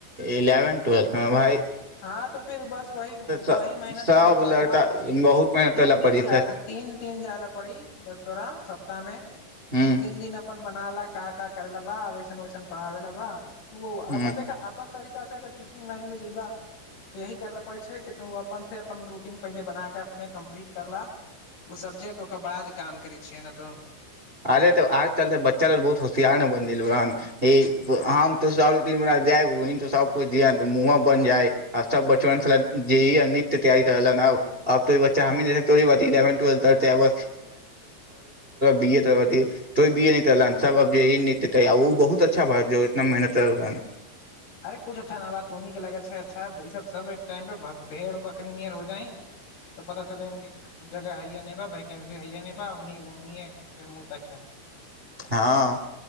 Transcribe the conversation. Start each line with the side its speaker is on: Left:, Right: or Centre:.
Right: इलेवनथ ट्वेल्थ मे भाइ
Left: हँ त फिर बस वह
Right: स-
Left: वही मेहनत
Right: सब
Left: करै ल पड़त
Right: लड़का
Left: ब
Right: बहुत मेहनत
Left: तीन
Right: करै ला
Left: दिन
Right: पड़ै
Left: जा
Right: छै
Left: तीन दिन ज ला पड़ी बस थोराा सप्ताह में
Right: हूँ
Left: तू तीन दिन अपन बना ला क क करे ला बा वैसन ओैसन पढ़ाबे ला बा ओ
Right: हूँ
Left: अपन देख अपन त कर टीचिंग लानमे जइबा तऽ यही करय ल लेल पड़ै छै कि तू अपनसँ अपन रूटीन पहिले बना कऽ अपने कम्प्लीट कर लह ओ सब्जेक्ट ओकर बाद काम करै छियह ए ने तऽ
Right: अरे तऽ आज चल त बच्चा लग बहुत होशियार ने बनेल रहने हम तू जा त मुह बनि जाय आ सब बचपन छल जे नृित्य तैयारी कर ह अबो ई बच्चा
Left: ह
Right: ही तोड़ बात इेवन घर च आब दियौ तो भी सब जे ई नत्य ओ बहुत अच्छा भत इतना मेहनत रहल
Left: अरे कुछ अच्छा न बात त उन्ह के लगत छै अच्छा सब सब एक टाइम प भेड़ बकरीर हो जाइ तऽ पता चल जगह हैया बा वंसी हैया उन् फर मुह त
Right: हँ